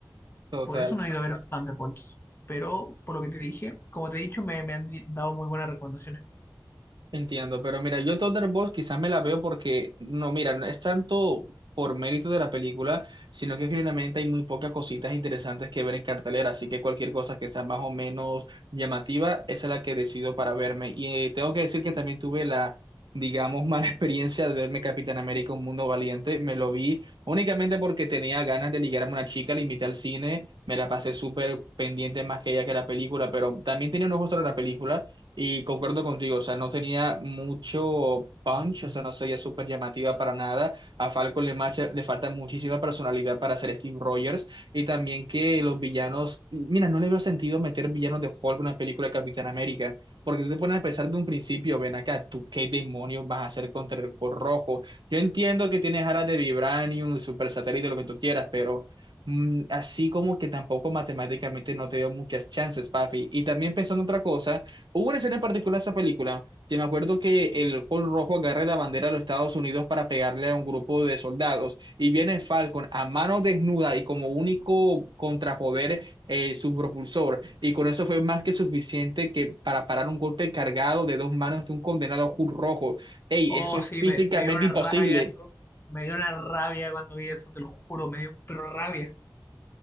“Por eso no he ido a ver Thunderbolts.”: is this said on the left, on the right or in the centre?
Left